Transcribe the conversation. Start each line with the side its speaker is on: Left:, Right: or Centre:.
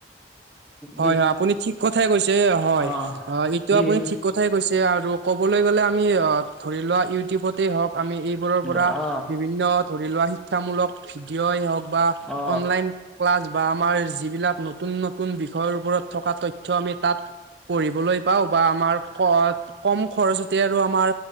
Right: হয়
Centre: বি
Right: হয় আপুনি ঠিক কথাই কৈছে হয়
Centre: অ
Right: অ', এইটো
Centre: বিভিন
Right: আপুনি ঠিক কথাই কৈছে আৰু ক'বলৈ গ'লে আমি আ, ধৰি লোৱা ইউটিউবতে হওঁক আমি এই বোৰৰ পৰা
Centre: অ
Right: বিভিন্ন ধৰি লোৱা শিক্ষামূলক ভিডিঅই হওঁক বা
Centre: অ
Right: অনলাইন ক্লাছ বা আমাৰ যিবিলাক নতুন নতুন বিষয়ৰ ওপৰত থকা তথ্য আমি তাত পঢ়িবলৈ পাওঁ বা আমাৰ <unintelligible> কম খৰচতে আৰু আমাৰ